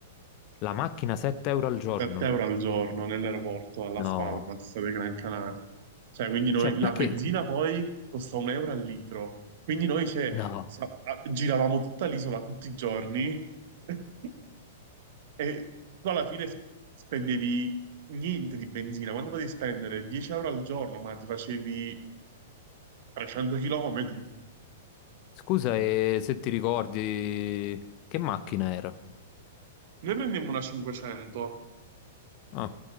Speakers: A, on the left; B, on the right.
A: La macchina 7 euro al giorno?
B: 7 euro al giorno nell'aeroporto a Las
A: No.
B: Palmas dei Gran Canaria. Cioè, quindi noi
A: Cioè, perché?
B: la benzina poi costa un euro al litro. Quindi noi cioè,
A: No.
B: sa- a- giravamo tutta l'isola tutti i giorni <laughs> e tu alla fine s- spendevi niente di benzina. Quando potevi spendere 10 euro al giorno, ma ti facevi 300 chilometri.
A: Scusa, e se ti ricordi che macchina era?
B: Noi prendemmo una 500
A: Ah,